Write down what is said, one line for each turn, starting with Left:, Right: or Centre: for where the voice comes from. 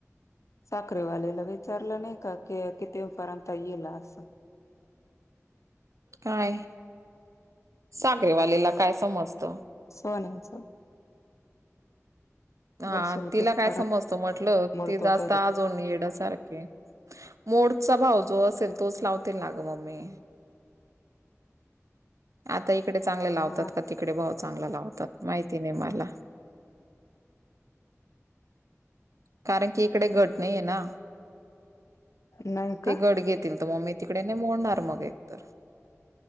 Left: साखरेवालेला विचारलं नही का, के किती उ पर्यन्त येईल असं?
Right: काय, साखरेवालेला काय समजत?
Left: सोन्याचं.
Right: आं,
Left: बसेल
Right: तिला
Left: कितीपर्यंत
Right: काय समजत म्हटलं,
Left: मोडतो
Right: ते जास्त
Left: तर
Right: आज दोन येडा सारखे, मोडचा भाव जो असेल, तोच लावतील ना ग मम्मे. आता इकडे चांगले लावतात,
Left: हा
Right: का तिकडे भाव चांगला लावतात? माहिती नही माला. कारण कि इकडे घट नहीये ना,
Left: नाही का
Right: ते घट घेतील. त मोमी तिकडे नही मोडणार, मग एक तर